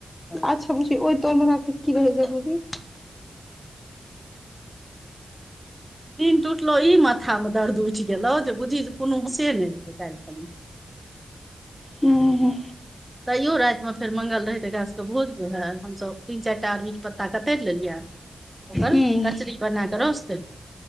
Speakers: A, on the left; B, on the right.
A: अच्छा बुझी ओहि तलमे राखे क की रहै जरूरी
B: नीन टुटलो ई मत माथा मे दर्द उठि गेलौ जे बुझी कोनो होसे नहि रहै काल्हि खना
A: हं हं
B: तैयो रातिमे फेर मंगल रहै तऽ एकरा सभके भोज रहै हमसभ तीन चारि टा आरबीके पत्ता कतरि लेलियै ओकर
A: हूँ
B: कचरी बना कऽ रस देलियै